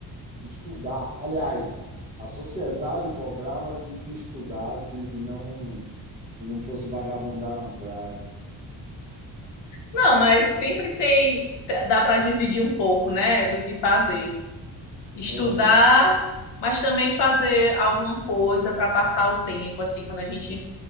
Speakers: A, on the right; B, on the left.
A: estudar. Aliás, a sociedade cobrava que se estudasse e não e não fosse vagabundar na praia.
B: Não, mas sempre tem. Dá pra dividir um pouco, né? Do que fazer. Estudar,
A: É,
B: mas também fazer alguma coisa pra passar o tempo, assim, quando a gente